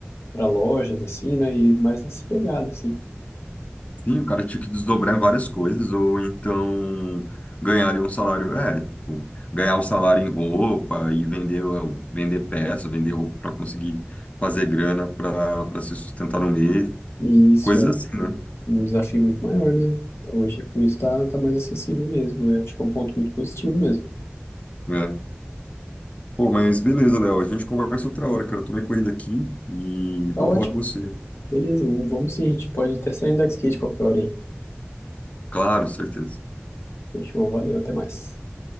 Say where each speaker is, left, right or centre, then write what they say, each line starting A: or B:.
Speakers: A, on the left (about 80°); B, on the left (about 30°).
A: para lojas, assim, né? E mais nessa pegada, assim.
B: Sim, o cara tinha que desdobrar em várias coisas, ou então ganhar ali um salário, é, tipo, ganhar o salário em roupa e vender, o- vender peça, vender roupa para conseguir fazer grana para para se sustentar no mês,
A: E isso
B: coisas
A: é
B: assim, né?
A: um desafio muito maior, né? Hoje com isso tá, tá mais acessível mesmo. Eu acho que é um ponto muito positivo mesmo.
B: É. Pô, mas beleza, Léo, a gente conversa outra hora, cara. Eu tô meio corrido aqui e
A: Tá
B: bom
A: ótimo.
B: falar com você.
A: Beleza, vamos, vamos sim. A gente pode até sair andar de skate qualquer hora aí.
B: Claro, certeza.
A: Fechou, valeu, até mais.